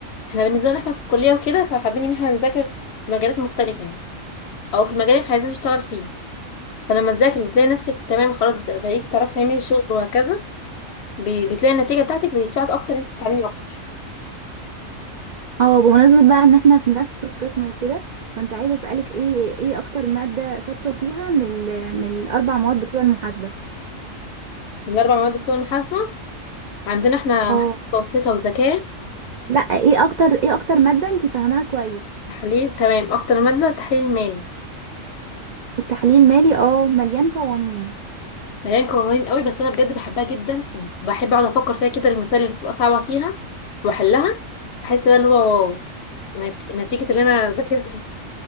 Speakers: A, on the left; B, on the right.
A: احنا بالنسبه لنا احنا في الكليه وكده فحابين ان احنا نذاكر في مجالات مختلفه يعني او في المجال اللي احنا عايزين نشتغل فيه فلما تذاكري وتلاقي نفسك تمام خلاص بت- بقيتي تعرفي تعملي الشغل وهكذا ب- بتلاقي النتيجه بتاعتك بتدفعك اكتر ان انت تتعلمي اكتر
B: آه، بمناسبة بقى ان احنا في نفس القسم وكده كنت عايزة اسألك ايه ايه اكتر مادة شاطرة فيها من ال- من الاربع مواد بتوع المحاسبة
A: من اربع مواد بتوع المحاسبه عندنا احنا
B: اه
A: محاسبه متوسطه وذكاء
B: لا ايه اكتر ايه اكتر مادة انت فاهماها كويس
A: وتحليل تمام اكتر ماده تحليل مالي
B: التحليل المالي اه مليان قوانين
A: مليان قوانين قوي بس انا بجد بحبها جدا بحب اقعد افكر فيها كده المسائل اللي بتبقى صعبه فيها واحلها بحس بقى اللي هو واو نت- نتيجه اللي انا ذاكرته